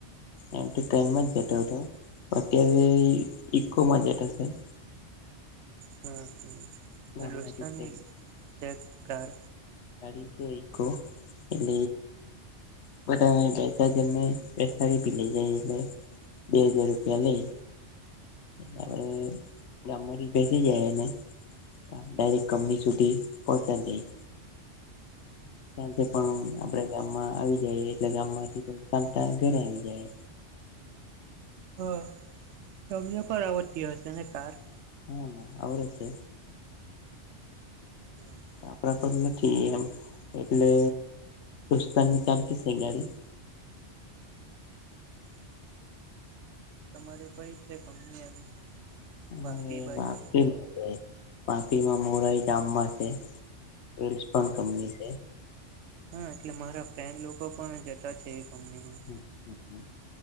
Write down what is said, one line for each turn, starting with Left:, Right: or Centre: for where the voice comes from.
Left: એમ ટાઈમમાં જ જટવ <unintelligible> વાટી ઇકો માજેટ હશે <unintelligible>
Right: હમ હ
Left: ગામમાંથી
Right: દોસ્તાની
Left: જ
Right: શેક કાર
Left: ડી આ એ બ <unintelligible> ત જને પેસારી પલી જાય બે હજાર રૂપિયા લે <unintelligible> એળ <unintelligible> ગામ માંથી બેસી જાયને આ ડાયરેક કંપનીસુધી પોચાડી દે
Right: હમ હમ <inaudible>
Left: સાંજે પણ આપડે ગામમાં આવી જાયએ એટલે ગામ માંથી ચાલતા ઘરે આવી જાય
Right: હ તમને પણ આવડતી હશે ને કાર
Left: હા આવડે છે
Right: હા <inaudible>
Left: આપપડા પર નથી એમ એટલે રસ્તાની ચાલતી છે ગાડી
Right: હમ હમ <inaudible> તમારે કઈ છે કંપની એમ
Left: અરે
Right: વાપી બાજુ
Left: વાપી છે વાપીમાં મોરાઈ જામમાં છે રિસ્પન્સ કંપની છે
Right: હા એટલે મારા ફ્રેન્ડ લોકો પણ જતા છે એ કંપનીમાં
Left: હ હ હ